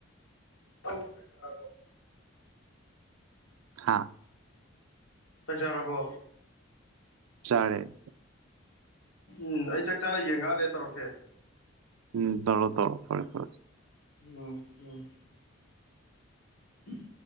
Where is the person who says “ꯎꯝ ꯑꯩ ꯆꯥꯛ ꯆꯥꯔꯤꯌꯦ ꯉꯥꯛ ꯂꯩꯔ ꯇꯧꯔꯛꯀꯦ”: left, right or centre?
Left